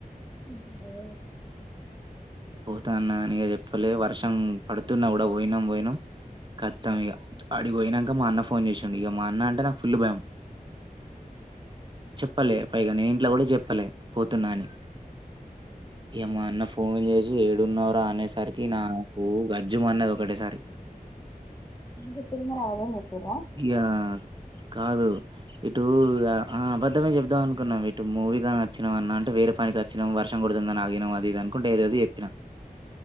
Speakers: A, on the left; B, on the right.
A: ఉహ్మ్ ఒ
B: పోతా అన్న అనిగ చెప్పలే వర్షం పడుతున్నా కూడా పోయినాం పోయినాం కతం ఇగ అడిగి పోయినంక మా అన్న ఫోన్ చేశిండు ఇగ మా అన్న అంటే నాకు ఫుల్లు బయం చెప్పాలే పైగా నేన్ జెప్పలే పోతున్నా అని ఏమా అన్న ఫోన్ చేసి ఏడున్నావ్ర అనేసరికి నాకు గజ్జుం మన్నది ఒకటేసారికి
A: ఎం చెప్పిర్ మరి అవగం చెప్పరా
B: ఇగ కాదు ఇటు అ అబద్ధమే చెబ్దాం అనుకున్నాం ఇటు మూవీగానీ నచ్చినాం అన్న అంటే వేరే పనికి వచ్చినాం వర్షం కొడుతుందని ఆగినాం అది ఇది అకుంట ఏదోది చెప్పినా